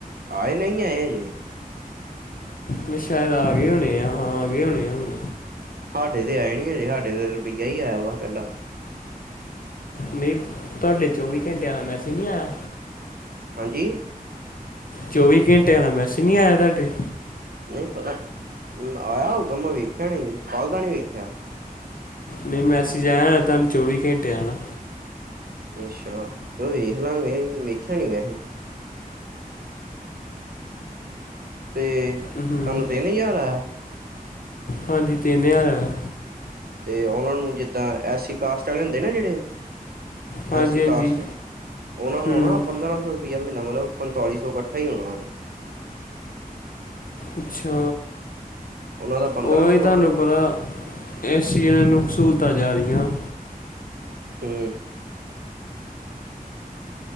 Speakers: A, on the right; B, on the left.
A: ਆਏ ਨਹੀਂ ਆਏ ਹਜੇ?
B: ਮੈਂ ਸ਼ਾਇਦ ਆ ਗਏ ਹੋਣੇ ਆ। ਹਾਂ ਆ ਗਏ ਹੋਣੇ ਆ ਹੁਣ।
A: ਸਾਡੇ ਤੇ ਆਯੇ ਨੀ ਹਜੇ। ਸਾਡੇ ਤੇ ਰੁਪਈਆ ਹੀ ਆਇਆ ਵਾ ਇਕੱਲਾ।
B: ਨਹੀਂ, ਤੁਹਾਡੇ ਚੌਵੀ ਘੰਟਿਆਂ ਦਾ ਮੈਸੇਜ ਨਹੀਂ ਆਇਆ।
A: ਹਾਂਜੀ।
B: ਚੌਵੀ ਘੰਟਿਆਂ ਆਲਾ ਮੈਸੇਂਜ਼ ਨਹੀਂ ਆਇਆ ਤੁਹਾਡੇ।
A: ਨਹੀਂ ਪਤਾ ਆਇਆ ਹੋਊਗਾ, ਮੈਂ ਵੇਖਿਆ ਨੀ, ਕੱਲ ਦਾ ਨੀ ਵੇਖਿਆ।
B: ਨਹੀਂ ਮੈਂਸੇਸ ਜਾਇਆ ਨਾ ਤੁਹਾਨੂੰ ਚੌਵੀ ਘੰਟੇ ਆਉਣਾ ਅੱਲਾ।
A: ਅੱਛਾ, ਚਲੋ ਵੇਖ ਲਾਂਗੇ ਵੇਖਿਆ ਨੀ ਵੈਸੇ। ਤੇ ਤੁਹਾਨੂੰ
B: ਹੂੰ
A: ਤਿੰਨ ਹਜ਼ਾਰ ਆਇਆ।
B: ਹਾਂਜੀ ਤਿੰਨ ਹਜ਼ਾਰ ਆਇਆ।
A: ਤੇ ਉਹਨਾਂ ਨੂੰ ਜਿੱਦਾਂ ਐਸ ਸੀ ਕਾਸਟ ਵਾਲੇ ਹੁੰਦੇ ਨਾ ਜਿਹੜੇ।
B: ਹਾਂਜੀ
A: ਐਸ ਸੀ ਕਾਸਟ
B: ਹਾਂਜੀ
A: ਚ, ਉਹਨਾ ਨੂੰ
B: ਹੂੰ
A: ਨਾ ਪੰਦਰਾਂ ਸੌ ਰੁਪ ਰ ਮਹੀਨਾ ਮਤਲਬ ਪੰਤਾਲੀ ਸੌ ਇਕੱਠਾ ਹੀ ਹੋਣਾ।
B: ਅੱਛਾ
A: ਉਹਨਾਂ ਦਾ ਪੰਦਰਾਂ
B: ਉਹੀ
A: ਸੌ
B: ਤੁਹਾਨੂੰ
A: ਆਣਾ
B: ਪਤਾ, ਐਸ ਸੀ ਵਾਲਿਆ ਨੂੰ ਸਹੂਲਤਾਂ ਜਾ ਰਹੀਆਂ ਵਾਂ।
A: ਹੂ